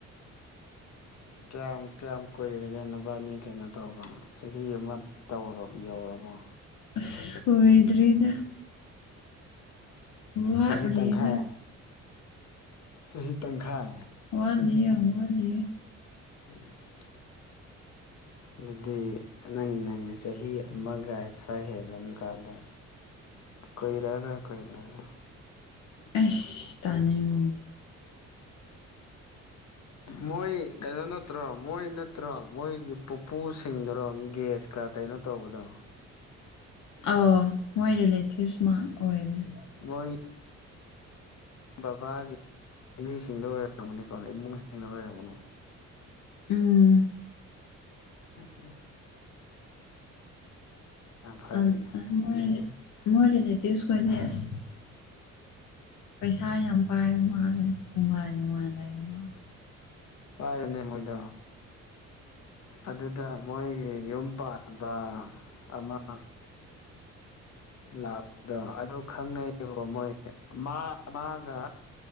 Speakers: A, on the left (about 60°); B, on the left (about 75°).
A: ꯀꯌꯥꯝ ꯀꯌꯥꯝ ꯀꯨꯏꯔꯒꯦ ꯅꯚꯅꯤ ꯀꯩꯅꯣ ꯇꯧꯕ ꯆꯍꯤ ꯑꯃ ꯇꯧꯔꯣ ꯌꯧꯔꯕꯣ꯫
B: ꯑꯁ ꯀꯨꯏꯗ꯭ꯔꯤꯗ꯫ ꯋꯥꯠꯂꯤꯗ
A: ꯆꯍꯤ ꯇꯪꯈꯥꯏ ꯆꯍꯤ ꯇꯪꯈꯥꯏ꯫
B: ꯋꯥꯠꯂꯤ ꯌꯥꯝ ꯋꯥꯠꯂꯤꯌꯦ꯫
A: ꯎꯝ꯫ ꯑꯗꯨꯗꯤ ꯅꯪ ꯅꯪꯒꯤ ꯆꯍꯤ ꯑꯃꯒ ꯈꯔ ꯍꯦꯜꯂꯝ ꯀꯥꯟꯗ ꯀꯨꯏꯔꯔꯣꯢ ꯀꯨꯏꯔꯔꯣꯢ꯫
B: ꯑꯦꯁ ꯇꯥꯅꯤꯡ꯫
A: ꯃꯣꯏ ꯀꯩꯅꯣ ꯅꯠꯇ꯭ꯔꯣ ꯃꯣꯏ ꯅꯠꯇ꯭ꯔꯣ ꯃꯣꯏꯒꯤ ꯄꯨꯄꯨꯁꯤꯡꯗꯨꯔꯣ ꯒꯦꯁ ꯀꯥ ꯀꯩꯅꯣ ꯇꯧꯕꯗꯣ꯫
B: ꯑꯧ ꯃꯣꯏ ꯔꯤꯂꯦꯇꯤꯞꯁ ꯃꯥ ꯑꯣꯏꯕꯅꯤ꯫
A: ꯃꯣꯏ꯫ ꯕꯕꯥꯒꯤꯃꯤꯁꯤꯡꯗꯣ ꯑꯣꯏꯔꯝꯒꯅꯤꯀꯣ ꯏꯃꯨꯡꯁꯤꯡꯗ ꯑꯣꯏꯔꯝꯒꯅꯦ꯫
B: ꯎꯝ꯫
A: ꯑꯗꯨꯗ꯫ ꯌꯥꯝ ꯐꯔꯦꯅꯦ
B: ꯑ ꯃꯣꯏ
A: ꯑꯗꯨꯗꯤ
B: ꯃꯣꯏ ꯔꯤꯂꯦꯇꯤꯚꯁ ꯈꯣꯏꯗꯤ ꯑꯁ꯫ ꯄꯩꯁꯥ ꯌꯥꯝ ꯄꯥꯏꯕ ꯃꯥꯜꯂꯦ ꯅꯨꯡꯉꯥꯏ ꯅꯨꯡꯉꯥꯏꯅ ꯂꯩꯕ ꯃꯥꯜꯂꯦ꯫
A: ꯄꯥꯏꯕꯅꯦ ꯃꯣꯏꯗꯣ꯫ ꯑꯗꯨꯗ ꯃꯣꯏꯒꯤ ꯌꯨꯝ ꯄꯥꯟꯕ ꯑꯃ
B: <unintelligible>
A: ꯂꯥꯛꯄꯗꯣ ꯑꯗꯨ ꯈꯪꯅꯩꯌꯦꯕ ꯃꯣꯏ ꯃꯥ ꯃꯥꯒ